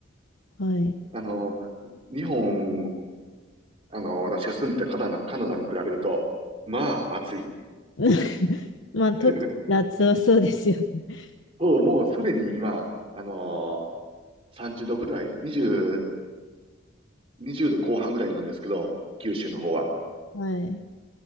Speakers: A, on the left; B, on the right.
A: はい。
B: あの、日本、あの、私が住んでたカナダ、カナダに比べると、まあ、暑い。
A: <laughs> まあ、特に夏はそうですよね。
B: <laughs> そう、もうすでに今、あのー、30度ぐらい ?20、20度後半ぐらいなんですけど、九州の方は。
A: はい。